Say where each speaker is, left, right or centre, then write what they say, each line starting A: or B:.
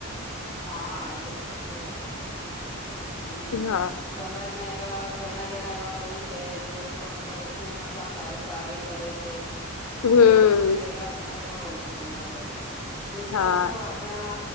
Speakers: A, in the centre; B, on the left (about 80°).
A: હા એ તો છે જ. <unintelligible>
B: હા
A: એવા ઘણા જણા એવા હોય છે જે લોકો મતલબ એટલું મસ્ત આ સારું કાર્ય કરે છે.
B: હમ
A: અ તો એવા ઘણા જના હોય છે હમણાં તો વૃક્ષો
B: હા
A: શું આપડા.